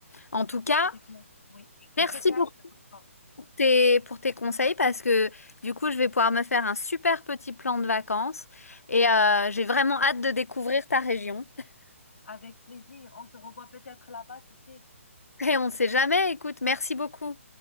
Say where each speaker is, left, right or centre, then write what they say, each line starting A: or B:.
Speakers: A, on the left; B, on the left.
A: En tout cas,
B: C'est clair. Oui, je te
A: merci
B: c'est clair,
A: pour
B: je te comprends.
A: tes, pour tes conseils parce que du coup, je vais pouvoir me faire un super petit plan de vacances et euh, j'ai vraiment hâte de découvrir ta région. <laughs>
B: Avec plaisir. On se revoit peut-être là-bas, qui sait?
A: Et on ne sait jamais, écoute, merci beaucoup.